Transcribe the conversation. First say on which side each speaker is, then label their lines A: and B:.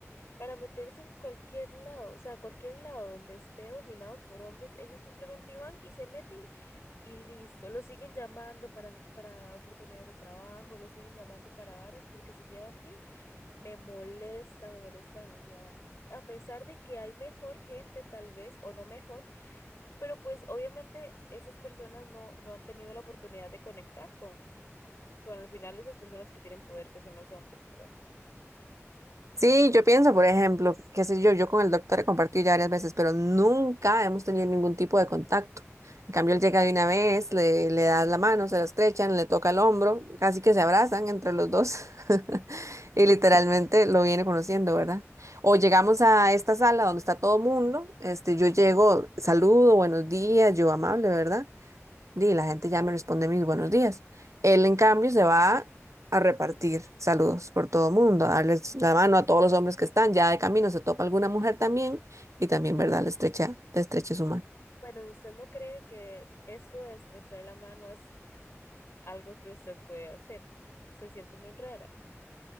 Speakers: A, on the left; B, on the right.
A: para meterse en cualquier lado, o sea, cualquier lado donde esté dominado por hombres, ellos simplemente van y se meten y listo, lo siguen llamando para, para oportunidades de trabajo, lo siguen llamando para varas porque se llevan bien. Me molesta, me molesta demasiado. A pesar de que hay mejor gente tal vez, o no mejor, pero pues obviamente esas personas no, no han tenido la oportunidad de conectar con, con al final esas personas que tienen poder, que son los hombres, ¿verdad?
B: Sí, yo pienso, por ejemplo, qué sé yo, yo con el doctor he compartido ya varias veces, pero nunca hemos tenido ningún tipo de contacto. En cambio, él llega de una vez, le, le das la mano, se la estrechan, le toca el hombro, casi que se abrazan entre los dos <laughs> y literalmente lo viene conociendo, ¿verdad? O llegamos a esta sala donde está todo mundo, este, yo llego, saludo, buenos días, yo amable, ¿verdad? Y la gente ya me responde mis buenos días. Él, en cambio, se va a repartir saludos por todo el mundo, a darles la mano a todos los hombres que están. Ya de camino se topa alguna mujer también y también, ¿verdad? Le estrecha, le estrecha su mano.
A: Bueno, ¿y usted no cree que esto de estrechar la mano es algo que usted puede hacer? Se siente muy rara.